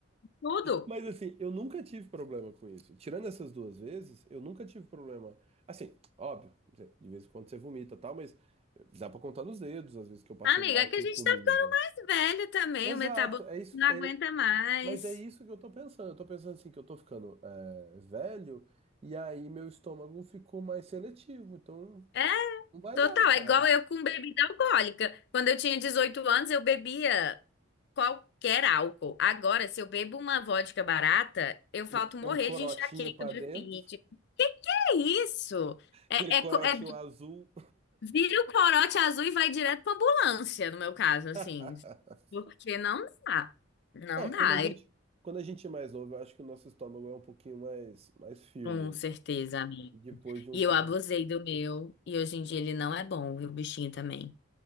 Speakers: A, on the left; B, on the right.
A: tudo.
B: Mas assim, eu nunca tive problema com isso. Tirando essas duas vezes, eu nunca tive problema. Assim, óbvio, de vez em quando você vomita e tal, mas dá pra contar nos dedos as vezes que eu passei
A: Amiga,
B: mal
A: é
B: com
A: que a gente
B: comida.
A: tá ficando mais velho também,
B: Exato,
A: o metabolismo
B: é isso.
A: não aguenta
B: é-
A: mais.
B: mas é isso que eu tô pensando. Eu tô pensando assim, que eu tô ficando é, velho, e aí meu estômago ficou mais seletivo. Então, tipo,
A: É.
B: não vai
A: Total,
B: dar, cara.
A: é igual eu com bebida alcoólica. Quando eu tinha 18 anos, eu bebia qualquer álcool. Agora, se eu bebo uma vodka barata, eu
B: Meter
A: falto morrer
B: um corotinho
A: de enxaqueca
B: pra
A: do
B: dentro,
A: dia seguinte. Que que é isso? É,
B: aquele corotinho
A: é, co- é-
B: azul.
A: vira o corote azul e vai direto pra ambulância, no meu caso, assim.
B: <laughs>
A: Porque não dá. Não
B: É, quando
A: dá,
B: a gente,
A: eu-
B: quando a gente é mais novo, eu acho que o nosso estômago é um pouquinho mais, mais firme,
A: com
B: né?
A: certeza, amigo.
B: Depois de um
A: E eu
B: tempo.
A: abusei do meu, e hoje em dia ele não é bom, viu, bichinho também.